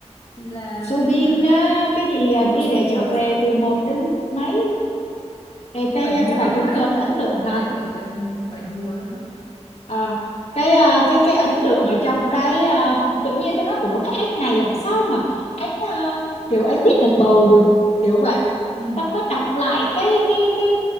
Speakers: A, on the left; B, on the left.
A: thì là
B: Subin
A: biết mà
B: á, cái gì
A: ở
B: à, đi
A: Subin
B: để trở
A: Hòa
B: về
A: Sơn
B: từ một
A: là
B: đến mấy cái cái
A: bảy
B: à,
A: mùa
B: cái bài
A: luôn
B: trống
A: đấy
B: cơm đó ấn tượng
A: đi
B: hả
A: để trở về bảy mùa luôn đó
B: Ờ. cái à, cái cái ấn tượng ở trong cái à, tự nhiên tôi nói ủa cái anh này làm sao mà anh à, kiểu anh biết đàn bầu được kiểu vậy
A: ừ
B: xong mới đọc lại cái cái cái